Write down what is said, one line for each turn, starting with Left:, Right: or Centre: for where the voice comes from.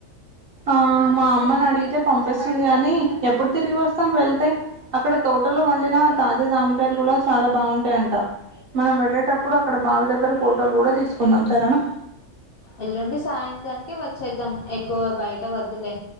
Right: ఆ మా అమ్మని అడిగితే పంపిస్తుంది కానీ ఎప్పుడు తిరిగి వస్తాం వెళ్తే అక్కడ తోటలో పండిన తాజా జామకాయలు కూడా చాలా బాగుంటాయంట మనం వెళ్ళేటప్పుడు అక్కడ బావి దగ్గర ఫోటోలు కూడా తీసుకుందాం సరేనా
Left: ఎల్లుండి సాయంత్రానికి వచ్చేద్దాం ఎక్కువ బయట వద్దులే